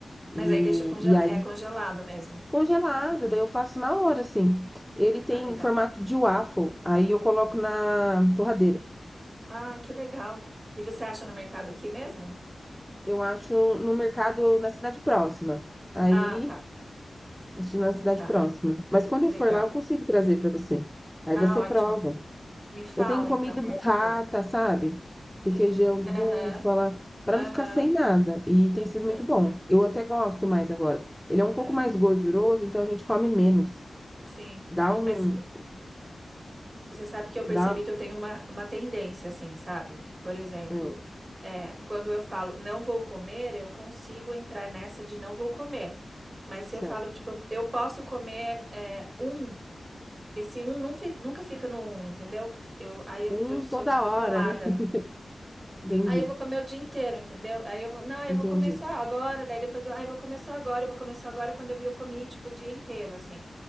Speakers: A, in the centre; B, on the right (about 35°).
A: E,
B: Mas aí deixa conge-
A: e aí,
B: é congelado mesmo.
A: congelado, daí eu faço na hora, assim. Ele tem
B: Ah, legal.
A: um formato de waffle, aí eu coloco na torradeira.
B: Ah, que legal. E você acha no mercado aqui mesmo?
A: Eu acho no mercado, na cidade próxima. Aí
B: Ah, tá,
A: Assisti na cidade
B: tá.
A: próxima. Mas quando eu
B: Legal.
A: for lá, eu consigo trazer pra você. Aí
B: Ah,
A: você
B: ótimo.
A: prova.
B: Me fala
A: Eu tenho comida
B: então quando
A: burrata,
B: você for.
A: sabe? Requeijão de
B: Aham,
A: búfala, pra
B: aham.
A: não ficar sem nada. E tem sido
B: Sim,
A: muito bom.
B: é,
A: Eu até gosto mais agora. Ele é um pouco
B: é,
A: mais gorduroso, então a gente come menos.
B: sim.
A: Dá um,
B: Mas Você sabe que eu
A: dá,
B: percebi que eu tenho uma, uma tendência, assim, sabe? Por exemplo,
A: é,
B: é, quando eu falo não vou comer, eu consigo entrar nessa de não vou comer. Mas se
A: sei
B: eu falo,
A: lá,
B: tipo, eu posso comer é, um, esse um nun- nunca fica no um, entendeu? Eu, aí eu,
A: um
B: eu sou
A: toda
B: descontrolada,
A: hora, né? <laughs> Entendi,
B: Aí eu vou comer o dia inteiro, entendeu? Aí eu vou, não, eu
A: entendi.
B: vou comer só agora, daí depois, ah, eu vou comer só agora, eu vou comer só agora, quando eu vi, eu comi, tipo, o dia inteiro, assim.